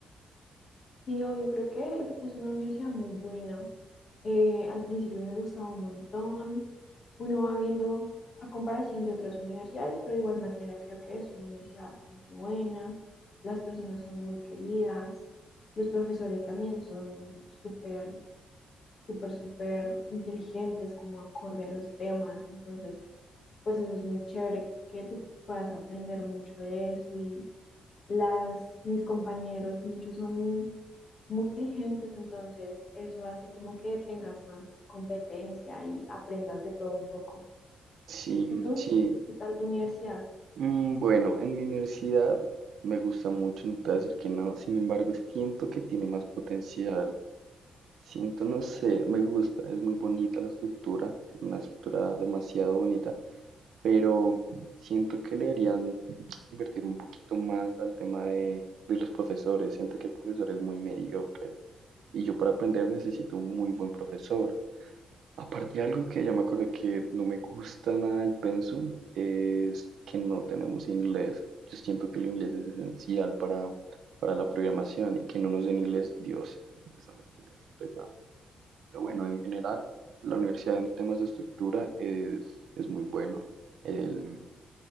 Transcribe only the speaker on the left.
Sí, obvio, creo que es una universidad muy buena. Eh, al principio me gustaba un montón. Uno va viendo a comparación de otras universidades, pero de igual manera creo que es una universidad bastante buena. Las personas son muy queridas. Los profesores también son súper, súper, súper inteligentes, como acorde a los temas. Entonces, pues eso es muy chévere que tú puedas aprender mucho de eso. Y las, mis compañeros, muchos son muy vigentes, entonces eso hace como que tengas más competencia y aprendas de todo un poco.
¿Y tú?
¿Qué tal tu universidad?